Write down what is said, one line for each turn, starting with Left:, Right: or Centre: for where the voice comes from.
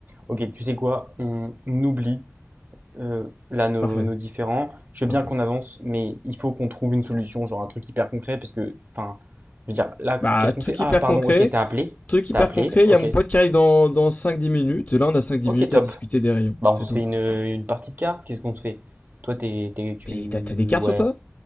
Right: ok, tu sais quoi? On oublie euh, là nos,
Left: Parfait.
Right: nos différends. Je veux
Left: Parfait.
Right: bien qu'on avance, mais il faut qu'on trouve une solution, genre un truc hyper concret parce que, enfin, je veux dire, là,
Left: Bah,
Right: qu'est-ce
Left: truc
Right: qu'on fait? Ah,
Left: hyper
Right: pardon,
Left: concret.
Right: ok, t'as appelé.
Left: Truc hyper
Right: T'as appelé,
Left: concret, il
Right: ok.
Left: y a mon pote qui arrive dans, dans cinq dix minutes. là, on a cinq dix
Right: Ok,
Left: minutes
Right: top.
Left: à discuter des rayons.
Right: Bah,
Left: C'est
Right: on se
Left: tout.
Right: fait une, une partie de cartes, qu'est-ce qu'on se fait? Toi, t'es, t'es- tu...
Left: Mais t'as, t'as des cartes
Right: Ouais,
Left: sur toi?